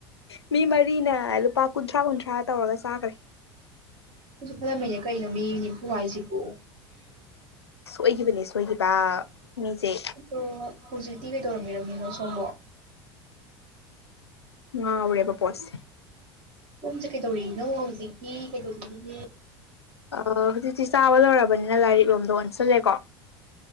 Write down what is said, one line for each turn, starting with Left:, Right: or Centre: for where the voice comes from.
Left: ꯃꯤ ꯃꯔꯤꯅ ꯂꯨꯄꯥ ꯀꯨꯟꯊ꯭ꯔꯥ ꯀꯨꯟꯊ꯭ꯔꯥ ꯇꯧꯔꯒ ꯆꯥꯒ꯭ꯔꯦ
Right: ꯑꯩꯁꯨ ꯈꯜꯂꯝꯃꯤꯅꯦ ꯀꯩꯅꯣ ꯃꯤ ꯅꯤꯐꯨ ꯍꯥꯏꯁꯤꯕꯨ
Left: ꯁꯣꯏꯒꯤꯕꯅꯦ ꯁꯣꯏꯒꯤꯕ ꯃꯤꯖꯦ
Right: ꯍꯣ ꯍꯣ ꯍꯣ ꯍꯧꯖꯤꯛꯇꯤ ꯀꯩꯗꯧꯔꯝ ꯕꯤꯔꯝꯃꯤꯅꯣ ꯁꯣꯝꯕꯣ
Left: ꯉꯥꯎꯔꯦꯕ ꯄꯣꯠꯁꯦ
Right: ꯁꯣꯝꯁꯦ ꯀꯩꯗꯧꯔꯤꯅꯣ ꯍꯧꯖꯤꯛꯇꯤ ꯀꯩꯗꯧꯕꯤꯔꯤꯒꯦ
Left: ꯑꯥ ꯍꯧꯖꯤꯛꯇꯤ ꯆꯥꯕ ꯂꯣꯏꯔꯕꯅꯤꯅ ꯂꯥꯏꯔꯤꯛ ꯔꯣꯝꯗ ꯑꯣꯟꯁꯜꯂꯦꯀꯣ